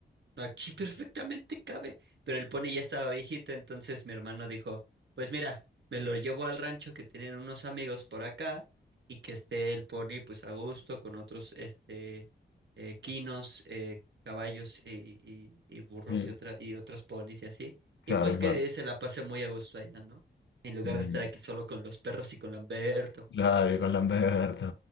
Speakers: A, on the right; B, on the left.
A: Aquí perfectamente cabe, pero el pony ya estaba viejito, entonces mi hermano dijo, pues mira, me lo llevo al rancho que tienen unos amigos por acá y que esté el pony pues a gusto con otros este eh, quinos, eh, caballos y, y- y burros
B: Sí,
A: y otra, y otros ponis y así, y
B: Claro,
A: pues
B: claro.
A: que se la pase muy a gusto allá, ¿no? En lugar
B: Mm,
A: de estar aquí solo con los perros y con Lamberto,
B: Claro, y con Lamberto.